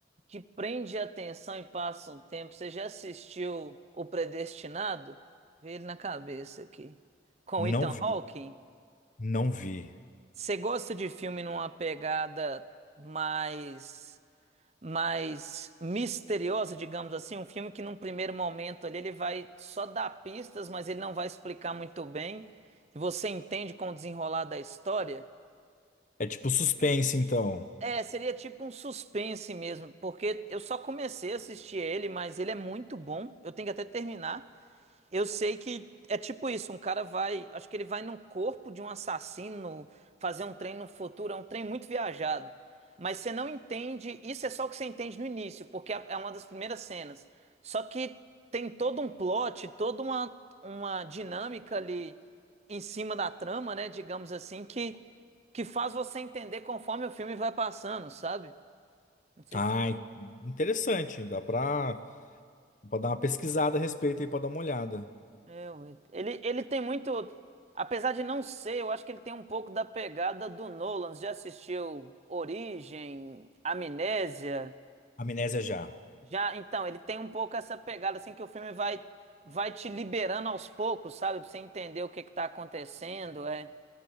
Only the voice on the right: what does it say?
que prende a atenção e passa um tempo, você já assistiu O Predestinado? Vê ele na cabeça aqui. Com
Ethan
Hawke?
Você gosta de filme numa pegada mais. mais misteriosa, digamos assim, um filme que num primeiro momento ali ele vai só dar pistas, mas ele não vai explicar muito bem, e você entende com o desenrolar da história.
É, seria tipo um suspense mesmo, porque eu só comecei a assistir ele, mas ele é muito bom. Eu tenho que até terminar. Eu sei que é tipo isso, um cara vai, acho que ele vai no corpo de um assassino fazer um trem no futuro, é um trem muito viajado. Mas você não entende, isso é só o que você entende no início, porque é é uma das primeiras cenas. Só que tem todo um plot, toda uma, uma dinâmica ali em cima da trama, né, digamos assim, que, que faz você entender conforme o filme vai passando, sabe? Não sei
se
É, ué. ele, ele tem muito. Apesar de não ser, eu acho que ele tem um pouco da pegada do Nolan. Você Já assistiu Origem, Amnésia?
Já, então, ele tem um pouco essa pegada, assim, que o filme vai, vai te liberando aos poucos, sabe? Pra você entender o que que tá acontecendo. É,